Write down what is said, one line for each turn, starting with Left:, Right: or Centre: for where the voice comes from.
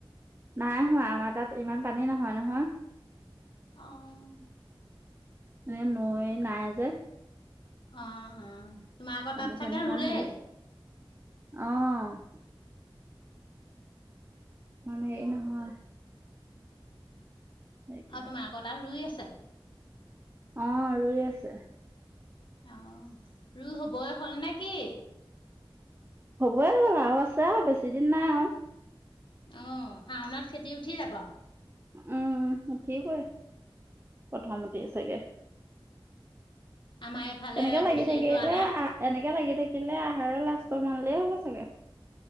Right: নাই হোৱা। আমাৰ তাত ইমান পানী নহয়, নহয়।
Left: অ',
Right: এ নৈ নাই যে।
Left: অ' - অ'। তোমাৰ আকৌ
Right: পানী
Left: তাত
Right: চানী
Left: চাগে
Right: ইমান
Left: ৰুলেই?
Right: হেৰি অ'। মানে নহয়। সেইটোৱে।
Left: অ' তোমালোকৰ তাত ৰুই আছে?
Right: অ' ৰুই আছে।
Left: অ'। ৰুই হবই হ'ল নেকি?
Right: হ'বয়ে আৰু আছে। আৰু বেছি দিন নাই আৰু।
Left: অ' শাওনত খেতি উঠি যাব।
Right: উম, উঠিবয়ে, প্ৰথমতে চাগে।
Left: আমাৰ এইফালে
Right: এনেকে লাগি
Left: গুচেই
Right: থাকিলে
Left: লোৱা নাই।
Right: আ- এনে য়া লাগি থাকিলে আহাৰৰ লাষ্টৰ মানলে হ'ব চাগে।